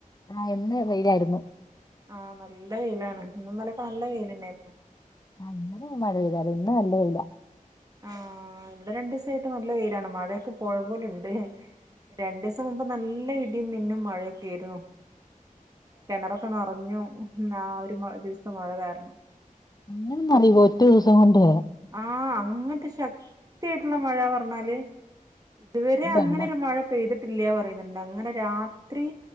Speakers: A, on the left; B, on the right.
A: ആ ഇന്ന് വെയിലായിര്ന്നു.
B: ആ നല്ല വെയിലാണ് ഇന്നും ഇന്നലെക്കെ നല്ല വെയിലെന്നെന്നു.
A: ആ ഇന്നലെ മഴ പെയ്തായിരുന്നു ഇന്ന് നല്ല വെയില.
B: ആ ഇവിടെ രണ്ടീസായിട്ട് നല്ല വെയിലാണ് മഴയൊക്കെ പോയ പോല്ണ്ട് രണ്ടീസം മുമ്പ് പ്പം നല്ല ഇടിം മിന്നും മഴയൊക്കേര്ന്നു കെണറൊക്കെ നറഞ്ഞു. മ് ആ ഒരു മ ദിവസത്തെ മഴ കാരണം
A: അങ്ങനെന്നറയോ ഒറ്റ ദിവസം കൊണ്ട്
B: ആ അങ്ങൻത്തെ ശക്തിയായിട്ട്ള്ള മഴ പറഞ്ഞാല് ഇതുവരെ അങ്ങനൊരു
A: വെള്ളം
B: മഴ പെയ്തിട്ടില്ല്യ പറയുന്ന്ണ്ട് അങ്ങനെ രാത്രി